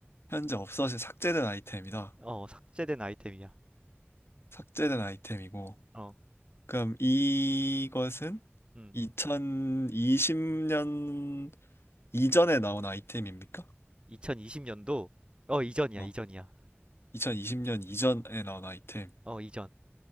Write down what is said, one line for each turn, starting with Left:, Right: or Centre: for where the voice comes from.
Left: 현재 없어진 삭제된 아이템이다.
Right: 어, 삭제된 아이템이야.
Left: 삭제된 아이템이고,
Right: 어,
Left: 그럼 이것은
Right: 응.
Left: 2020년 이전에 나온 아이템입니까?
Right: 2020년도, 어, 이전이야,
Left: 어,
Right: 이전이야.
Left: 2020년 이전에 나온 아이템.
Right: 어, 이전.